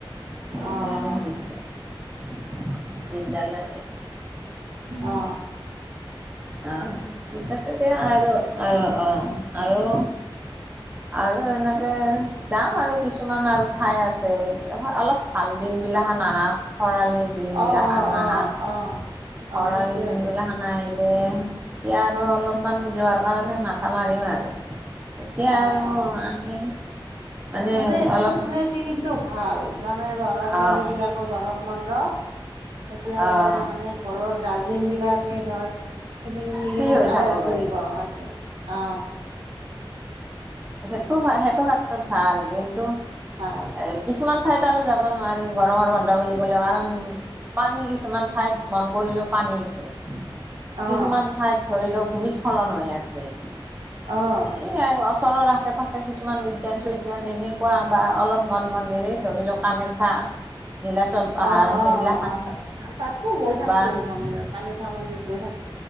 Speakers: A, on the right; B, on the right.
A: সেইকাৰণে
B: অ', অ',
A: দিগদাৰ দিগদাৰ লাগে।
B: অ অ।
A: অ ঠিক আছে দিয়া আৰু আৰু অ আৰু আৰু এনেকে যাম আৰু কিছুমান আৰু ঠাই আছে অলপ ভাল দিনবিলাক নাহাক খৰালিৰ দিনবিলাক
B: অ', অ',
A: নাহাক
B: অ', অ।
A: খৰালি
B: সেইটোৱে
A: দিনবিলাক
B: ভাবিছোঁ
A: নাহিলে তেতিয়া আৰু অলপমান যোৱাৰ কাৰণে মাথা মাৰিম আৰু এতিয়া
B: অ',
A: আৰু
B: অ',
A: আমি মানে
B: তাৰমানে এইটো
A: অলপ
B: মানে চিজনটো ভাল তাৰমানে ল'ৰা ছোৱালীবিলাক
A: আহ
B: গৰম বন্ধ এতিয়া
A: আহ
B: বলে মানে ঘৰৰ গাৰ্জেন বিলাকে ধৰ ফেমিলি লৈ
A: ফ্ৰী
B: কিনে
A: হৈ
B: যায়
A: থাকিব
B: আৰু ফুৰিব
A: পাৰিম
B: কাৰণে অ।
A: সেইটো হয় সেইটো ক্ষেত্ৰত ভাল কিন্তু
B: অ
A: এ কিছুমান ঠাইত আৰু যাব নোৱাৰি গৰমৰ বন্ধ বুলি ক'লে কাৰণ পানীৰ কিছুমান ঠাইত মন কৰিলেও পানী হৈছে কিছুমান
B: অ',
A: ঠাইত ধৰিলক ভূমিস্খলন হৈ আছে।
B: অ'।
A: এই আৰু ওচৰৰ আশে পাশে কিছুমান উদ্যান চুদ্যান এনেকুৱা বা অলপ মন মন্দিৰেই ধৰি লওক কামাখ্যা নীলাচল পাহাৰ
B: অ
A: সেইবিলাক
B: অ অ তাত তাতো গৈ থাকো
A: বা
B: মন্দিৰত কাম্যাখ্যা মন্দিৰত গৈ থাকো।